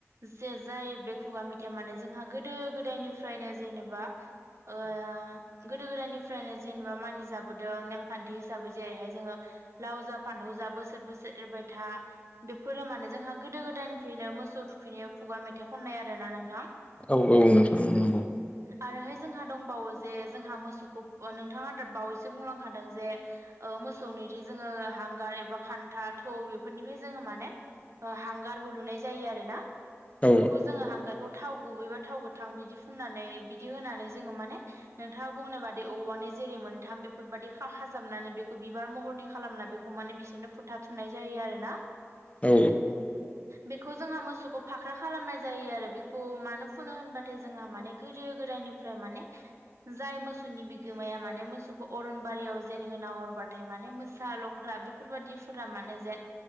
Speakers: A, on the right; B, on the left.
A: जे जाय बे खुगा मेथाइया माने जोंहा गोदो गोदायनिफ्रायनो जेनेबा ओ गोदो गोदायनिफ्रायनो जेनेबा मानिजाबोदों नेमखान्थि हिसाबै जेरैहाय जोंङो लाव जा फान्थाव जा बो सोर बोसोर एरबाय था बेफोर माने जोंहा गोदो गोदायनिफ्रायनो मोसौ थुखैनायाव खुगा मेथाइ खन नाय आरो ना नोंथां?
B: औ औ नोंथां औ नंगौ।
A: आरोहाय जोंहा दंबावो जे जोंहा मोसौखौ नोंथांङा दा बावैसो बुंलांखादों जे मोसौनि बिदि जोंङो हांगार एबा खान्था थौ बेफोरनिफ्राय जोंङो माने हांगार हुलुनाय जायो आरो ना।
B: औ
A: बेफोरखौ जोंङो हांगारखौ थाव गुबैबा थाव गोथां बिदि फुननानै बिदि होनानै जोंङो माने नोंथांङा बुंनाय बादि औवानि जेरै मोनथाम बेफोरबायदि खाजाबनानै बेखौ बिबार महरनि खालामना बेखौ माने बिसोरनो फुथा थुमनाय जायो आरोना।
B: औ
A: बेखौ जोंहा मोसौखौ फाख्रा खालामनाय जायो आरो बेखौ मानो फुनो होनबाथाय जोंहा माने गोदो गोदायनिफ्राय माने जाय मोसौनि बिगोमाया माने मोसौखौ अरनबारियाव जेन होना हरबाथाय माने मोसा लख्रा आ बेफोरबायदि फोरा मानो जेन